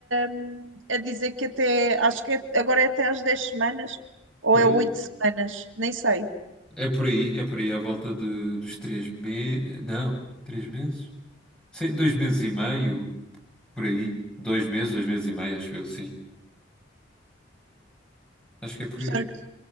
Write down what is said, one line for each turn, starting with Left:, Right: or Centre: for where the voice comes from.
Right: um, a dizer que até, acho que é- agora é até às 10 semanas, ou
Centre: Por
Right: é
Centre: aí.
Right: 8 semanas, nem sei.
Centre: É por aí, é por aí, à volta de- dos três meses. Não, três meses? Sim, dois meses e meio, por aí. Dois meses, dois meses e meio, acho eu, sim. Acho que é por
Right: Portanto,
Centre: aí.